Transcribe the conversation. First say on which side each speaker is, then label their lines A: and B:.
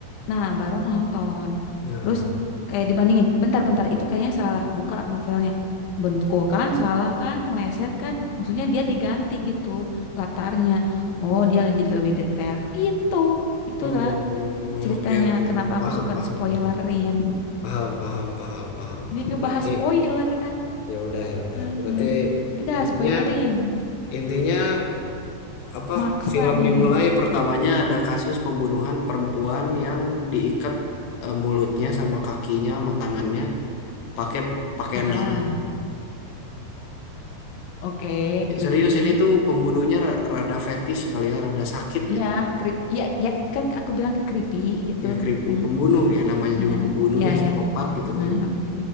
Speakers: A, on the left; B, on the left.
A: nah baru nonton.
B: Nah,
A: Terus kayak dibandingin, bentar-bentar itu kayaknya salah, buka novelnya. Bentuk kan, salah kan, meleset kan. Maksudnya dia diganti gitu latarnya. Oh, dia jadi lebih detail. Itu, itulah
B: oh,
A: ceritanya
B: oke, oke,
A: kenapa
B: oke. Paham,
A: aku suka
B: paham,
A: di spoilerin.
B: paham. Paham, paham, paham, paham,
A: Ini
B: paham.
A: ngebahas
B: Berarti
A: spoiler kan.
B: ya udah, ya udah.
A: Heeh.
B: Berarti
A: Udah
B: intinya
A: spoilerin,
B: intinya apa?
A: maksa
B: Film
A: nih.
B: dimulai pertamanya ada kasus pembunuhan perempuan yang diikat eh, mulutnya sama kakinya sama tangannya pakai pakaian
A: Heeh.
B: dalam.
A: Oke, creepy.
B: Serius ini tuh pembunuhnya ra- rada fetis kali ya, rada sakit
A: Iya,
B: gitu.
A: creep. Iya, ya kan aku bilang creepy gitu.
B: ya creepy
A: Meng-
B: pembunuh ya namanya
A: ya,
B: juga pembunuh
A: ya,
B: ya psikopat
A: ya.
B: gitu kan.
A: Mm, oke.